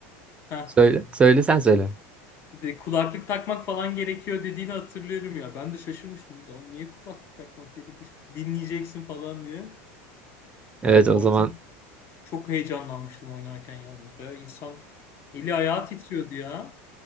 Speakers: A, on the left; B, on the right.
A: Ha,
B: Söyle söyle sen söyle.
A: de kulaklık takmak falan gerekiyor dediğini hatırlıyorum ya. Ben de şaşırmıştım. "Lan Niye kulaklık takmak gerekir? Dinleyeceksin falan diye.
B: Evet o
A: Ama
B: zaman
A: çok, çok heyecanlanmıştım oynarken yalnız. Bayağı insan eli ayağı titriyordu ya.